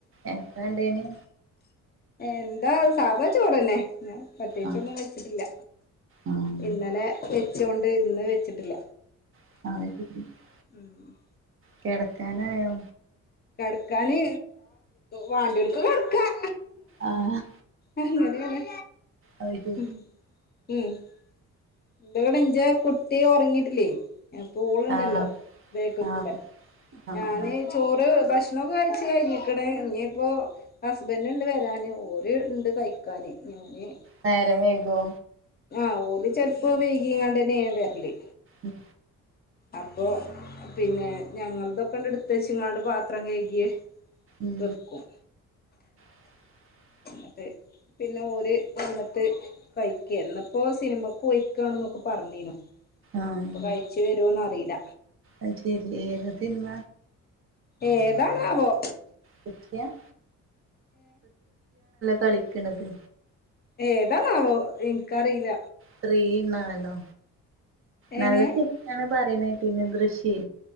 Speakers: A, on the right; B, on the left.
A: എന്താ ഉണ്ടേന്
B: എന്താ സാധാ ചോറ് തന്നെ ഞാൻ പ്രത്യേകിച്ചൊന്നും
A: ആഹ്
B: വെച്ചിട്ടില്ല
A: ആഹ്
B: ഇന്നലെ വെച്ചോണ്ട് ഇന്ന് വെച്ചിട്ടില്ല
A: <unintelligible>
B: ഉം
A: കിടക്കാനായോ?
B: കിടക്കാന് വാണ്ടിയോരുക്ക് കിടക്കാം
A: ആഹ്
B: അങ്ങനെയാണ്
A: അത് ശരി
B: ഉം ഉം <unintelligible> കുട്ടി ഉറങ്ങിട്ടില്ലേ അപ്പോ ഓളുണ്ടല്ലോ
A: ആഹ്
B: ബാക്കികൂടെ
A: ആഹ് ആഹ്
B: ഞാന്
A: ആഹ്
B: ചോറ് ഭക്ഷണവൊക്കെ കഴിച്ചു കഴിഞ്ഞിക്കണ് ഇനി ഇപ്പോ ഹസ്ബൻറ് ഉണ്ട് വരാന് ഓര് ഉണ്ട് കഴി ക്കാന് <unintelligible>
A: നേരം വൈകോ
B: ആഹ് ഓല് ചെലപ്പോൾ വൈകിങ്ങാണ്ടന്നെ വരല്
A: ഉം
B: അപ്പൊ പിന്നെ ഞങ്ങളതൊക്കെണ്ട് എടുത്തുച്ച് ഇങ്ങാണ്ട് പാത്രം കഴുകിയെ
A: ഉം
B: വെക്കും
A: <unintelligible>
B: അതെ പിന്നെ ഓര് വന്നിട്ട് കഴിക്ക ഇന്നിപ്പോ സിനിമക്ക് പോയി ഇരിക്കുവാന്നൊക്കെ പറഞ്ഞീന്
A: ആഹ്
B: ഇനീപ്പൊ കഴിച്ചു വരുമോന്ന് അറിയില്ല
A: അത് ശെരി ഏത് സിനിമ
B: ഏതാണ് ആവോ
A: <unintelligible> കളിക്കണത്
B: ഏതാണ് ആവോ എനിക്കറിയില്ല
A: ഫ്രീ ഇന്നാണല്ലോ
B: എങ്ങനെ
A: നല്ല സെറ്റാണ് പറയുന്നേട്ടു ദൃശ്യേ